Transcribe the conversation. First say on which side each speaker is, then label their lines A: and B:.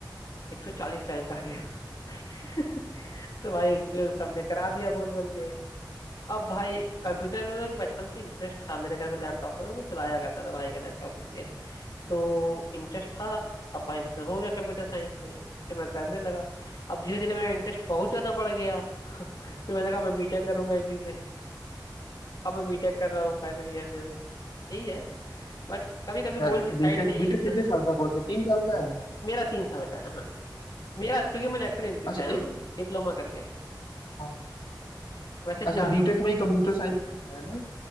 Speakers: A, on the left; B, on the left.
A: 140 रैंक आ गया <laughs> तो भाई उसमें सबने करा दिया बोल बोल के अब भाई कंप्यूटर में मेरा बचपन से इंटरेस्ट था मेरे घर में लैपटॉप था तो मैं चलाया करता था भाई का लैपटॉप लेके तो इंटरेस्ट था अब भाई उसमें हो गया कंप्यूटर साइंस में फिर मैं करने लगा अब धीरे धीरे मेरा इंटरेस्ट बहुत ज्यादा बढ़ गया <laughs> फिर मैंने कहा मैं बीटेक करूंगा इसी से अब मैं बीटेक कर रहा हूँ फाइनल ईयर में हूँ यही है बट कभी कभी गोल
B: यार
A: डिसाइड
B: बीटेक
A: नहीं
B: बीटेक
A: होता
B: कितने साल का कोर्स है तीन साल का है
A: मेरा तीन साल का है हाँ मेरा क्योंकि मैं लेटरल एंट्री
B: अच्छा
A: से आया
B: एक
A: हूँ ना डिप्लोमा करके
B: हाँ
A: वैसे
B: अच्छा
A: चार
B: बीटेक
A: साल का
B: में ही कंप्यूटर साइंस होता है ना